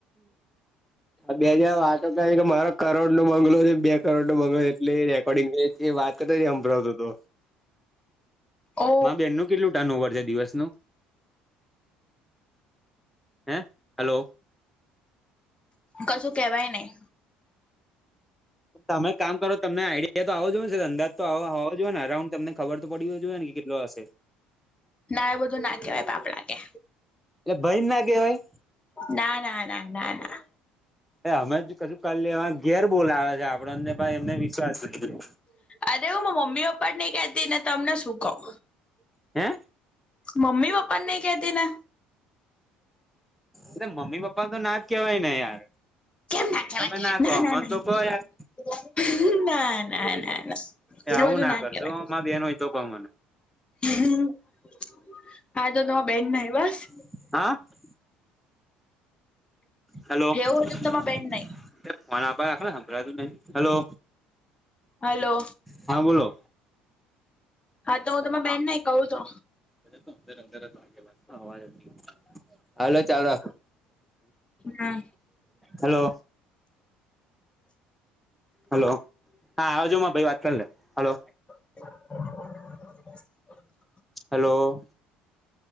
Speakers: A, in the centre; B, on the left.
A: બે જણ વાતો કરે કે મારો કરોડનો બંગલો છે બે કરોડનો. એટલે એ રેકોર્ડિંગ એ વાત કરી હભળાવતો હતો
B: ઓ
A: એમા બેનું કેટલુંક ટનઓવર દિવસ નું. હે હલો?
B: કશું કેવાય નહીં.
A: તમે કામ કરો તમને આઈડિયા તો આવવો જોઈએ ને અંદાજ તો હોવો જોઈએ ને અરાઉન્ડ તમને ખબર તો પડવી હોવી જોઈએ ને કે કેટલો હશે.
B: ના એ બધું ના કેવાય પાપ લાગે.
A: એટલે ભાઈ ના કેવાય
B: ના, ના, ના, ના, ના.
A: એ અમે શું કર લેવાના ઘેર બોલાવે છે આપણને તો પાછું એમને વિશ્વાસ નથી.
B: અરે હું મમ્મી પપ્પા ને પણ નઈ કેહતી તો તમને શું કહું.
A: હે?
B: મમ્મી પપ્પા ને નઈ કેહતી ને
A: એ તો મમ્મી પપ્પાને તો ના જ કેવાય ને યાર.
B: કેમ ના કેવાય
A: તમે
B: ના,
A: કહો
B: ના,
A: મને
B: ના,
A: તો કહો યાર
B: ના, ના, ના, ના.
A: આવું
B: એવું બધું ના
A: કરશો
B: કેવાય.
A: માર બેન હોય તો કહો મને
B: <unintelligible>
A: <unintelligible> હાલો <unintelligible>
B: એવું હતું તમા બેન નહી
A: સંભળાતું નઈ હલો.
B: હલો
A: હા બોલો
B: આ તો હું તમારા બેનને કહું તો.
A: તો અંદર અંદર જ વાગેલા સવારે બી. આલો ચાલું રાખો,
B: હા
A: હલો. હલો <unintelligible> ભાઈ વાત કરી લે હલો.
B: <inaudible>
A: હલો.